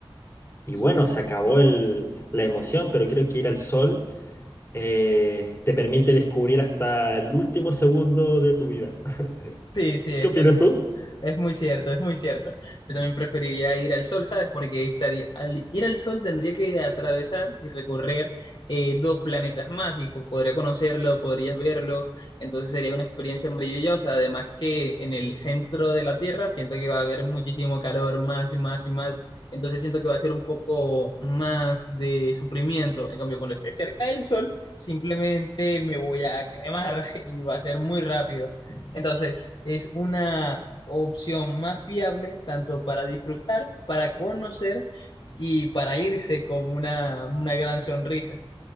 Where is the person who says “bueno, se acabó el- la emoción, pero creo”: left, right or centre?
Left